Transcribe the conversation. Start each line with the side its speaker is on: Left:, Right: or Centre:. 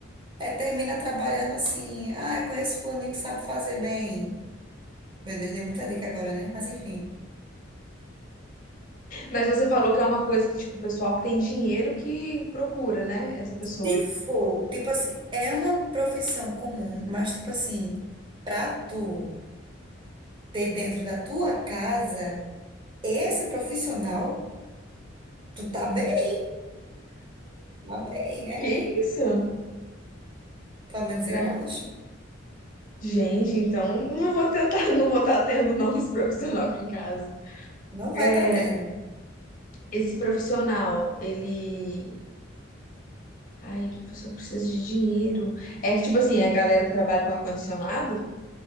Right: É, termina trabalhando assim. Ah, eu conheço fulaninho que sabe fazer bem. Meu Deus, dei muita dica agora, né? Mas enfim.
Left: Mas você falou que é uma coisa que, tipo, o pessoal que tem dinheiro que procura, né? Essa pessoa.
Right: Se for, tipo assim, é uma profissão comum, mas tipo assim, pra tu. ter dentro da tua casa esse profissional, tu tá bem, tá bem, é.
Left: Que isso?
Right: Pelo menos
Left: Será-
Right: eu acho.
Left: Gente, então não vou tentar, <laughs> não vou estar tendo não esse profissional aqui em casa.
Right: Não vai
Left: É,
Right: estar tá tendo.
Left: esse profissional, ele. Ai, a pessoa precisa de dinheiro. É que, tipo assim, a galera que trabalha com ar-condicionado,